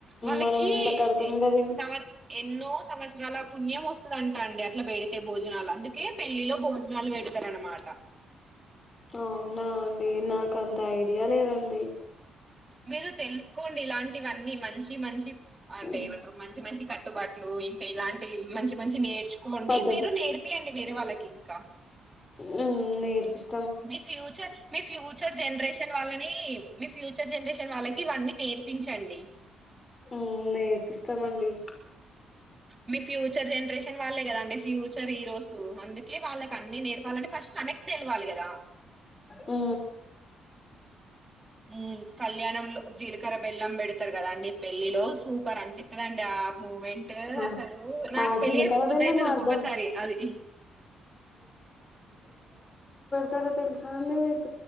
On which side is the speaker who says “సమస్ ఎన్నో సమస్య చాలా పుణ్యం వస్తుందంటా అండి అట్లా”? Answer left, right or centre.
Right